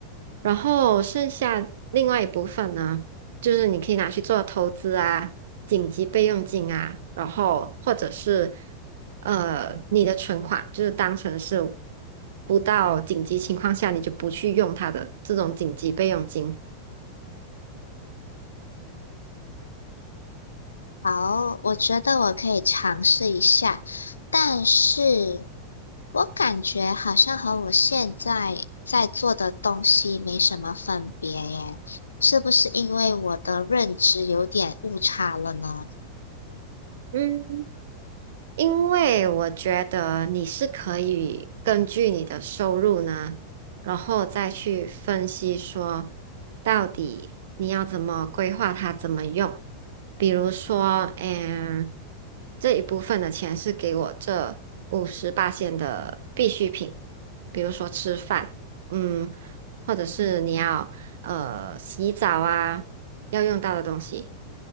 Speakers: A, on the right (about 60°); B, on the left (about 75°).
A: 然后剩下另外一部分呢，就是你可以拿去做投资啊、紧急备用金啊，然后或者是呃你的存款，就是当成是不到紧急情况下你就不去用它的这种紧急备用金。
B: 好，我觉得我可以尝试一下，但是我感觉好像和我现在在做的东西没什么分别耶，是不是因为我的认知有点误差了呢？
A: 嗯。因为我觉得你是可以根据你的收入呢，然后再去分析说到底你要怎么规划它，怎么用。比如说，嗯，这一部分的钱是给我这五十八线的必需品，比如说吃饭，嗯，或者是你要呃洗澡啊要用到的东西。